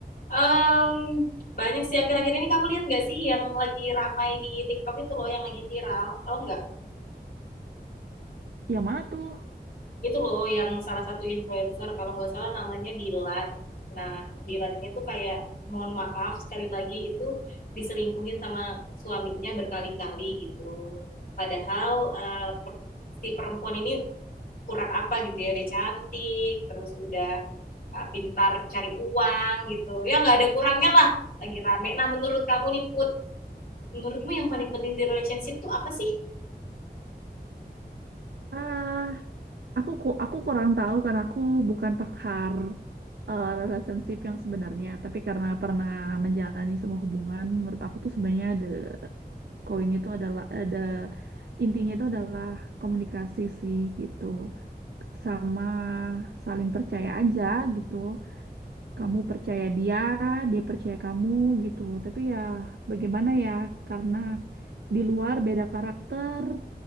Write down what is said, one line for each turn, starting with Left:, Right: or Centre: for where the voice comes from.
Left: Em, banyak sih akhir-akhir ini kamu lihat nggak sih yang lagi ramai di TikTok itu loh yang lagi viral, tahu nggak?
Right: Yang mana tuh?
Left: itu loh yang salah satu influencer kalau nggak salah namanya Dilan. Nah, Dilan ini tuh kayak mohon maaf sekali lagi itu diselingkuhin sama suaminya berkali-kali gitu. Padahal uh, si perempuan ini kurang apa gitu ya, udah cantik, terus udah uh, pintar cari uang gitu. Ya nggak ada kurangnya lah, lagi rame. Nah, menurut kamu nih Put, menurutmu yang paling penting di relationship tuh apa sih?
Right: Ah, Aku ku- aku kurang tahu karena aku bukan pakar eh, relationship yang sebenarnya, tapi karena pernah menjalani semua hubungan, menurut aku tuh sebenarnya the koin itu adalah ada intinya itu adalah komunikasi sih gitu. Sama saling percaya aja gitu. Kamu percaya dia, dia percaya kamu gitu. Tapi ya bagaimana ya karena di luar beda karakter,